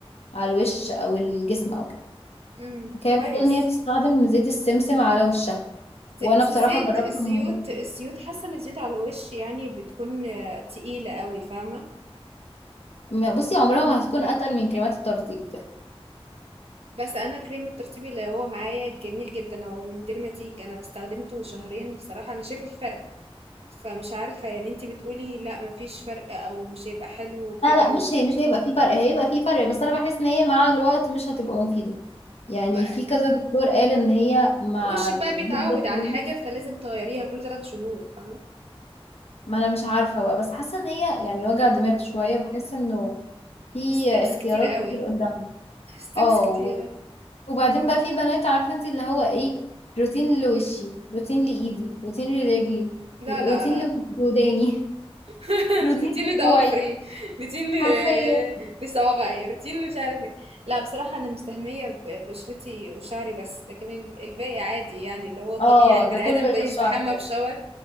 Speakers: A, on the left; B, on the right.
A: على الوش او الجسم او كده
B: امم
A: كانت
B: كويس
A: بتقول ان هي بتستخدم زيت السمسم على وشها
B: زي-
A: وانا
B: بس
A: بصراحه
B: الزيت
A: جربت
B: الزيوت
A: الموضوع
B: الزيوت حاسه ان الزيوت على الوش يعني بتكون آه، تقيله قوي فاهمه
A: م- بصي عمرها ما هتكون اتقل من كريمات الترطيب
B: بس انا كريم الترطيب اللي هو معايا جميل جدا هو من ديرماتيك انا استخدمته شهرين بصراحه انا شايفه في فرق فمش عارفه يعني انتي بتقولي لا مفيش فرق او مش هيبقى حلو وكده
A: لا لا مش
B: و...
A: هي مش هيبقى في فرق هيبقى في فرق بس انا بحس ان هي مع الوقت مش هتبقى مفيده يعني
B: ما-
A: في كذا دكتور قال ان هي مع
B: وشك
A: المده
B: بقى بيتعود
A: الطويله
B: على حاجه فلازم تغيريها كل ثلاث شهور فاهمه
A: ما انا مش عارفه بقى بس حاسه ان هي يعني وجع دماغ شويه بحس انه في
B: ستيبس
A: اختيارات
B: كتير قوي
A: كتير قدامنا
B: ستيبس
A: اه
B: كتيرة
A: و- وبعدين بقى في بنات عارفه انت اللي هو ايه روتين لوشي روتين لايدي روتين لرجلي
B: لا لا
A: روتين
B: لا
A: لوداني <laughs>
B: <laughs>
A: روتين
B: روتين
A: لكوعي
B: لضوافري روتين ل-
A: حرفيا
B: <laughs> لصوابعي روتين مش عارف ايه لا بصراحة أنا مستهمية ببشرتي وشعري بس لكن الب- الباقي عادي يعني اللي هو الطبيعي
A: اه
B: البني
A: ده كله
B: آدم
A: يتشعر
B: بيستحمى
A: يعني
B: بشاور